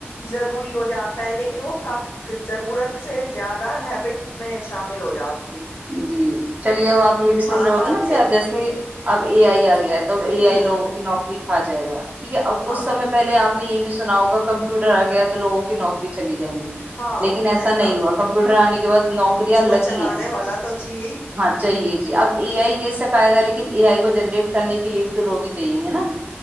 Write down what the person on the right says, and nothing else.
جی چلیے اب آپ یہ بھی سن
رہے ہو
گے نا
کہ اب جیسے۔ اب ا آئی ا گیا۔ تو اے
آئی لگوں کی نوکری۔ کہا جائے گا۔ ٹھیک ہے اب کچھ
سمے پہلے آپ۔ اپ نے یہ بھی سنا ہوگا کمپیوٹر آ گیا تو لوگوں کی نوکری چلی جائیں گی۔
لیکن ایسا
نہیں ہوا کمپیوٹر آنے کے۔ <unintelligible> نوکریا
لگی
ہیں۔
ہاں چاہیے جی اب اے آئی بی سکھائے گا لیکن۔ لن اے آئی کو جنریٹ کرنے کے لیے بھی تو لوگ ہی چاہییں گے نا۔